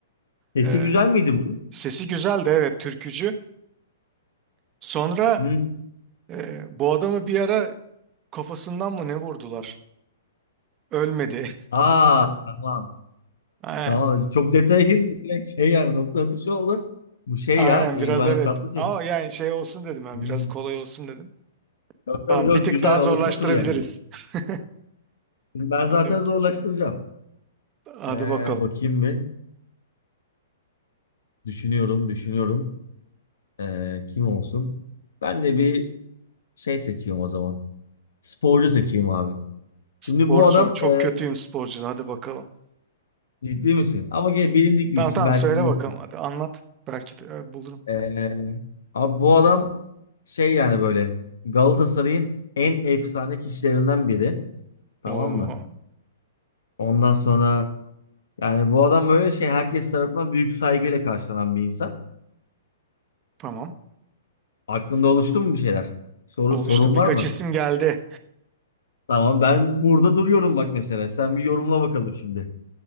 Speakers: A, on the left; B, on the right.
A: Sesi
B: Eh,
A: güzel miydi bunun?
B: sesi güzeldi evet türkücü. Sonra
A: Hmm.
B: Ee, bu adamı bir ara kafasından mı ne vurdular? Ölmedi.
A: Aa tamam.
B: <laughs> Aynen.
A: Tamam. Çok detaya girdik. Direkt şey yani nokta atışı oldu. Bu şey
B: Aynen
A: ya İbrahim
B: biraz evet.
A: Tatlıses.
B: Ama yani şey olsun dedim ben
A: Hmm.
B: biraz kolay olsun dedim.
A: Yok, tabii,
B: Tamam
A: yok
B: bir tık
A: güzel
B: daha
A: alışma
B: zorlaştırabiliriz.
A: turu yani bu.
B: <laughs>
A: Şimdi ben
B: Hadi,
A: zaten
B: bak-
A: zorlaştıracağım.
B: hadi
A: Ee,
B: bakalım.
A: bakayım bir. Düşünüyorum, düşünüyorum. Ee, kim olsun? Ben de bir şey seçeyim o zaman. Sporcu seçeyim abi.
B: Sporcu.
A: Şimdi bu adam
B: Çok
A: e,
B: kötüyüm sporcu. Hadi bakalım.
A: ciddi misin? Ama gene bilindik bir
B: Tamam
A: isim.
B: tamam
A: Belki
B: söyle
A: bulur.
B: bakalım hadi anlat. Belki de e, bulurum.
A: Ee, abi bu adam şey yani böyle Galatasaray'ın en efsane kişilerinden biri. Tamam
B: Oo,
A: mı? Ondan sonra yani bu adam böyle şey herkes tarafından büyük saygıyla karşılanan bir insan.
B: tamam.
A: Aklında oluştu mu bir şeyler? Soru,
B: Oluştu.
A: sorun
B: Birkaç
A: var mı?
B: isim geldi.
A: Tamam ben burada duruyorum bak mesela. Sen bir yorumla bakalım şimdi.